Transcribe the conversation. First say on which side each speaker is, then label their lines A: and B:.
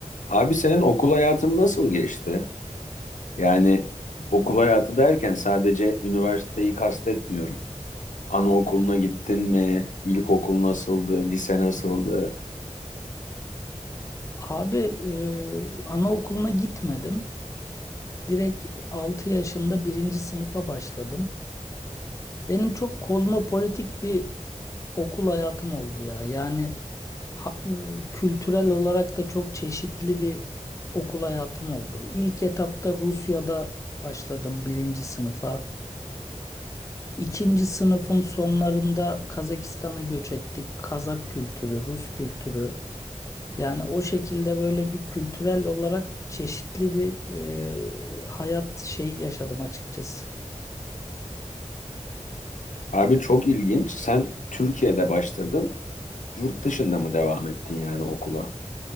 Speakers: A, on the left; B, on the left.
A: Abi senin okul hayatın nasıl geçti? Yani okul hayatı derken sadece üniversiteyi kastetmiyorum. Anaokuluna gittin mi? İlkokul nasıldı? Lise nasıldı?
B: Abi e, anaokuluna gitmedim. Direkt 6 yaşında birinci sınıfa başladım. Benim çok kozmopolitik bir okul hayatım oldu ya. Yani ha- e, kültürel olarak da çok çeşitli bir okul hayatım oldu. İlk etapta Rusya'da başladım birinci sınıfa. İkinci sınıfın sonlarında Kazakistan'a göç ettik. Kazak kültürü, Rus kültürü. Yani o şekilde böyle bir kültürel olarak çeşitli bir e, hayat şeyi yaşadım açıkçası.
A: Abi çok ilginç. Sen Türkiye'de başladın. Yurt dışında mı devam ettin yani okula?